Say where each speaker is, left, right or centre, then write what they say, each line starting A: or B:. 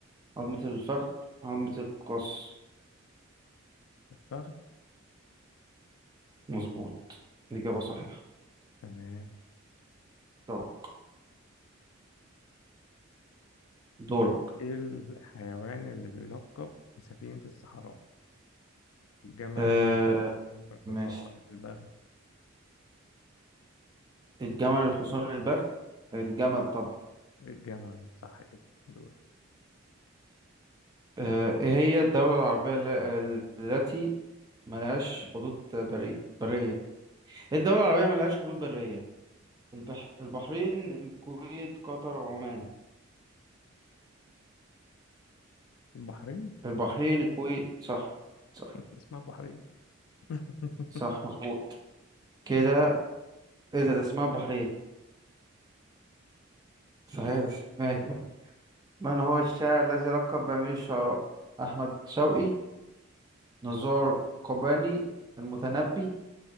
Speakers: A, on the right; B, on the left.
A: عظمة الفخذ عظمة القص
B: فخد
A: مظبوط إجابة صحيحة
B: تمام
A: دورك دورك
B: إيه الحيوان اللي بيلقب بسفينة الصحراء الجمل
A: آه،
B: الحصان
A: ماشي
B: البغل
A: الجمل الحصان البغل الجمل طبعا
B: الجمل صح كده دور
A: آه، إيه هي الدولة العربية الل- التي ملهاش حدود بري... برية إيه الدولة العربية ملهاش حدود برية البح... البحرين الكويت قطر عمان
B: البحرين
A: البحرين الكويت صح صح
B: اسمها البحرية <laughs>
A: صح مظبوط كده ايه ده ده اسمها البحرين صحيح ده اسم- ماشي من هو الشاعر الذي لقب بأمير الشعراء أحمد شوقي نزار قباني المتنبي